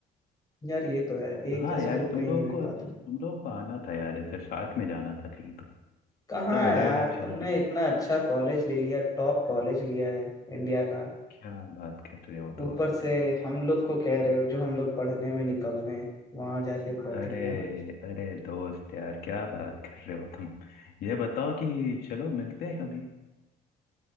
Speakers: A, on the left; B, on the left.
A: यार ये तो है एक
B: हाँ
A: जैसे
B: यार
A: लोग
B: तुम
A: कहीं
B: लोगों
A: नहीं मिल
B: को
A: पाते
B: तुम लोगों को आना था यार इधर साथ में जाना था कहीं तो
A: कहाँ
B: सब अलग
A: है यार
B: अलग चले
A: तुमने
B: गए
A: इतना अच्छा कॉलेज ले लिया टॉप कॉलेज लिया है इंडिया का
B: क्या बात कर रहे हो
A: ऊपर
B: दोस्त
A: से हम लोग को कह रहे हो जो हम लोग पढ़ने में निकम्मे वहां जाके बैठेंगे
B: अरे
A: है ना।
B: अरे दोस्त यार क्या बात कर रहे हो तुम ये बताओ कि चलो मिलते हैं कभी